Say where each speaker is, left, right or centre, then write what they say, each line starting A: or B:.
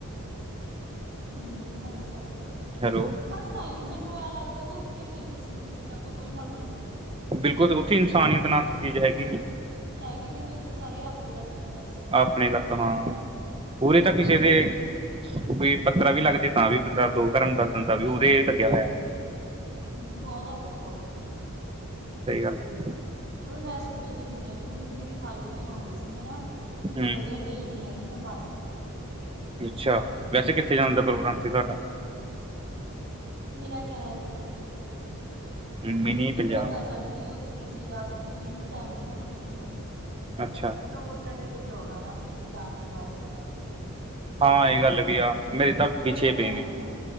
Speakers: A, on the right; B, on the right.
A: ਹਮ ਹੋ ਸਕਦਾ।
B: ਹੈਲੋ।
A: ਪਰ ਨਹੀਂ ਮੈਨੂੰ ਐ ਲੱਗਦਾ ਵੀ ਉੱਥੇ ਹੀ ਨਹੀਂ ਕਿਸੇ ਨੂੰ ਕਿਸੇ ਤੱਕ ਕੋਈ ਮਤਲਬ।
B: ਉਹ ਬਿਲਕੁਲ ਉੱਥੇ ਇਨਸਾਨੀਤ ਨਾਲ ਦੀ ਚੀਜ਼ ਹੈਗੀ ਨੀ।
A: ਹੈਗੀ ਵੀ ਨਹੀਂ ਉੱਥੇ ਸਾਰੇ ਆਪਦੇ ਤੱਕ ਨੇ ਬਸ।
B: ਆਪਣੇ ਤੱਕ ਹਾਂ ਪੂਰੇ ਤਾਂ ਕਿਸੇ ਦੇ। ਕੋਈ ਪੱਤਰ ਵੀ ਲੱਗ ਜਾ ਤਾਂ ਵੀ ਬੰਦਾ ਦੋ ਘਰਾਂ ਨੂੰ ਦੱਸ ਦਦਾ ਵੀ ਉਹਦੇ ਲੱਗਿਆ ਹੋਇਆ।
A: ਹਮ ਬਹੁਤ ਔਖਾ ਉੱਥੇ।
B: ਸਹੀ ਗੱਲ ਆ।
A: ਮਤਲਬ ਮੈਂ ਸੋਚਦੀ ਹੁੰਦੀ ਆਾਂ ਵੀ ਮੈਨੂੰ ਮੇਰੀ ਫਾਈਲ ਵੀ ਲਾਉਂਦੇ ਸੀ ਹਨਾ ਵੀ ਮੈਂ
B: ਹੂੰ
A: ਵਧੀਆ। ਗਈ ਨਹੀਂ ਹੈਗੀ ਮੈਂ ਬਚ ਗਈ।
B: ਅੱਛਾ ਵੈਸੇ ਕਿੱਥੇ ਜਾਣ
A: ਹਮ
B: ਦਾ ਪ੍ਰੋਗਰਾਮ ਸੀ ਤੁਹਾਡਾ।
A: ਮੇਰਾ ਕੈਨੇਡਾ ਹੀ।
B: ਮਿਨੀ
A: ਕਿਉਂਕਿ
B: ਪੰਜਾਬ
A: ਮੇਰਾ ਕਜ਼ਨ ਵੀ ਉੱਥੇ ਸੀਗਾ ਤੇ ਮੇਰੀ ਫਰੈਂਡਸ ਵੀ ਉੱਥੇ ਨੇ।
B: ਅੱਛਾ।
A: ਹੋਰ ਤਾਂ ਕਿਤੇ ਕਿਉਂ ਨਾ, ਅਸੀ ਜੇ ਜਾਣੀ ਬਸ।
B: ਹਾਂ ਇਹ ਗੱਲ ਵੀ ਆ, ਮੇਰੇ ਤਾਂ
A: ਫਿਰ
B: ਪਿਛੇ
A: ਆਪਾਂ ਨੂੰ
B: ਪਏ ਨੇ।
A: ਮਤਲਬ